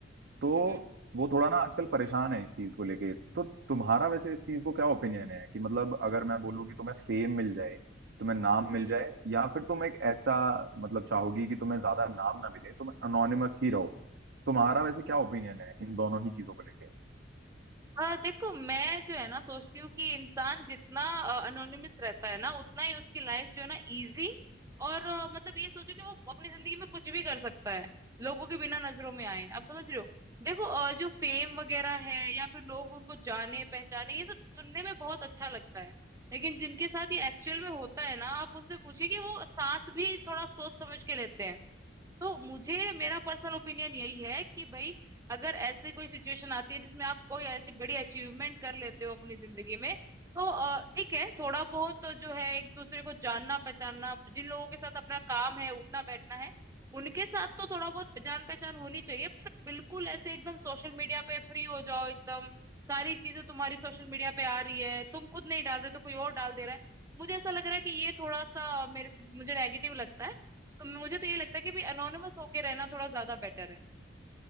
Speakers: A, on the right; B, on the right.
A: तो
B: हम्म
A: वो थोड़ा ना आजकल परेशान है इस चीज को लेके तो तुम्हारा वैसे इस चीज को क्या ओपिनियन है कि मतलब अगर मैं बोलूँ कि तुम्हें फेम मिल जाए तुम्हें नाम मिल
B: हम्म
A: जाए या फिर तुम एक ऐसा मतलब चाहोगी कि तुम्हें ज्यादा नाम ना मिले तुम अनोनिमस ही रहो तुम्हारा वैसे क्या ओपिनियन है इन दोनों ही चीजों को लेके
B: हाँ देखो मैं जो है ना सोचती हूँ कि इंसान जितना अनोनिमस रहता है ना उतना ही उसकी लाइफ जो है ना इजी और अ, मतलब ये सोचो कि वो अपनी जिंदगी में कुछ भी कर सकता है लोगों के बिना नजरों में आए आप समझ रहे हो देखो अ, जो फेम वगैरह है या फिर लोग उनको जाने पहचाने ये सब सुनने में बहुत अच्छा लगता है लेकिन जिनके साथ ये एक्चुअल में होता है ना आप उनसे पूछिए कि वो सांस भी थोड़ा सोच समझ के लेते हैं तो मुझे मेरा पर्सनल ओपिनियन यही है कि भाई अगर ऐसे कोई सिचुएशन आती है जिसमें आप कोई ऐसी बड़ी अचीवमेंट कर लेते हो अपनी जिंदगी में तो अ, ठीक है थोड़ा बहुत तो जो है एक दूसरे को जानना पहचानना जिन लोगों के साथ अपना काम है उठना बैठना है उनके साथ तो थोड़ा बहुत जान पहचान होनी चाहिए पर बिल्कुल ऐसे एकदम सोशल मीडिया पे फ्री हो जाओ एकदम सारी चीजें तुम्हारी सोशल मीडिया पे आ रही है तुम खुद नहीं डाल रहे हो तो कोई और डाल दे रहा है मुझे ऐसा लग रहा है कि ये थोड़ा सा मेरे मुझे नेगेटिव लगता है तो मुझे तो ये लगता है कि भी अनोनिमस होके रहना थोड़ा ज्यादा बेटर है